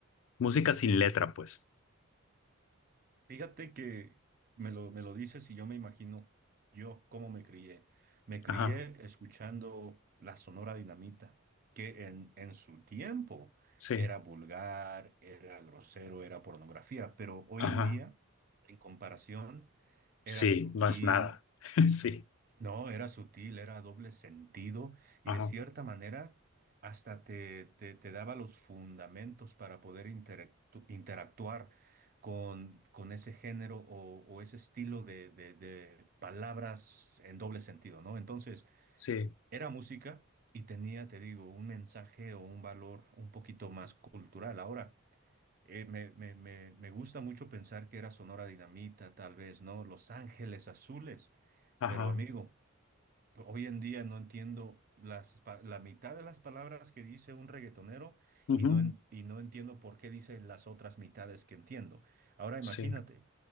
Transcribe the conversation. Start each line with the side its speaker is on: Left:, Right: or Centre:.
Left: Música sin letra, pues.
Right: Fíjate que me lo, me lo dices y yo me imagino yo cómo me crié. Me crié
Left: Ajá.
Right: escuchando la Sonora Dinamita, que en, en su tiempo
Left: Sí,
Right: era vulgar, era grosero, era pornografía, pero hoy
Left: ajá,
Right: en día, en comparación,
Left: sí,
Right: era sutil
Left: no es nada. <laughs> Sí,
Right: No, era sutil, era doble sentido
Left: ajá,
Right: y de cierta manera hasta te, te- te daba los fundamentos para poder interactu- interactuar con, con ese género o, o ese estilo de, de- de palabras en doble sentido, ¿no? Entonces,
Left: sí,
Right: era música y tenía, te digo, un mensaje o un valor un poquito más cultural. Ahora, eh, me, me- me- me gusta mucho pensar que era Sonora Dinamita, tal vez, ¿no? Los Ángeles Azules,
Left: ajá,
Right: pero amigo. Hoy en día no entiendo las, pa- la mitad de las palabras que dice un reggaetonero
Left: ujú,
Right: y no, en- y no entiendo por qué dice las otras mitades que entiendo. Ahora
Left: Sí,
Right: imagínate,